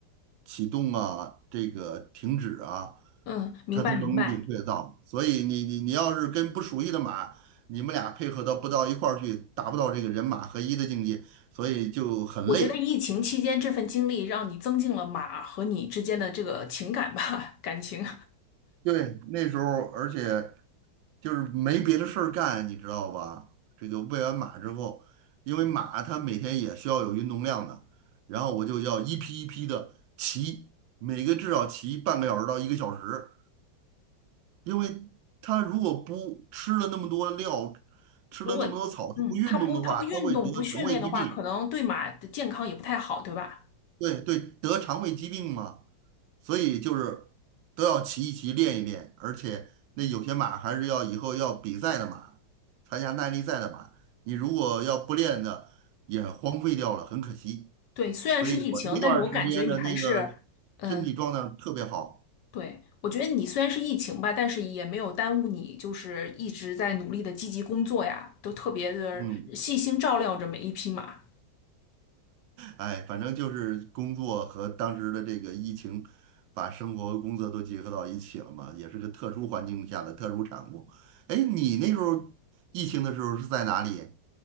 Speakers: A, on the right; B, on the left.
A: 启动啊，这个停止啊，
B: 嗯，明白明白。
A: 它都能领会得到。所以你你你要是跟不熟悉的马，你们俩配合到不到一块儿去，达不到这个人马合一的境界。所以就很累。
B: 我觉得疫情期间这份经历让你增进了马和你之间的这个情感吧，<laughs> 感情。
A: 对，那时候而且就是没别的事儿干，你知道吧？这个喂完马之后，因为马它每天也需要有运动量的，然后我就要一批一批的骑，每个至少骑半个小时到一个小时，因为它如果不吃了那么多料，
B: <laughs>
A: 吃了那么多草，
B: 如果嗯，
A: 它不运动的话，
B: 他不他不运动不训练的话，
A: 它会得肠胃疾病。
B: 可能对马的健康也不太好，对吧？
A: 对对，得肠胃疾病嘛，所以就是都要骑一骑，练一练，而且那有些马还是要以后要比赛的马，参加耐力赛的马，你如果要不练的，也荒废掉了，很可惜。
B: 对，虽然是疫情，
A: 所以我那段儿时间的那个身体状态特别好，
B: 但是我感觉你还是，嗯、对，我觉得你虽然是疫情吧，但是也没有耽误你，就是一直在努力的积极工作呀，都特别的细心照料着每一匹马。
A: 嗯。哎，反正就是工作和当时的这个疫情，把生活和工作都结合到一起了嘛，也是个特殊环境下的特殊产物。哎，你那时候疫情的时候是在哪里？